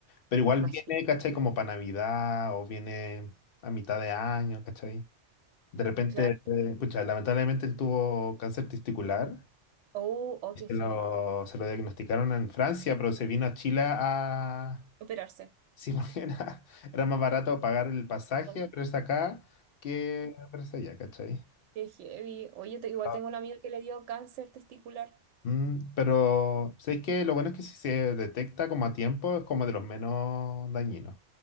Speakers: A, on the left; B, on the right.
A: Pero igual
B: Me imagino.
A: viene, ¿cachai? Como para Navidad o viene a mitad de año, ¿cachai? De repente,
B: Claro.
A: eh, pucha, lamentablemente él tuvo cáncer testicular
B: Oh, oh,
A: y
B: qué
A: se
B: heavy.
A: lo, se lo diagnosticaron en Francia, pero se vino a Chile a...
B: Operarse.
A: Sí, <laughs> porque era, era más barato pagar el pasaje
B: Oh,
A: a verse acá que verse allá, ¿cachai?
B: qué heavy. Oye, te- igual
A: Pero,
B: tengo un amigo que le dio cáncer testicular.
A: Mm, pero sé que lo bueno es que si se detecta como a tiempo es como de los menos dañinos.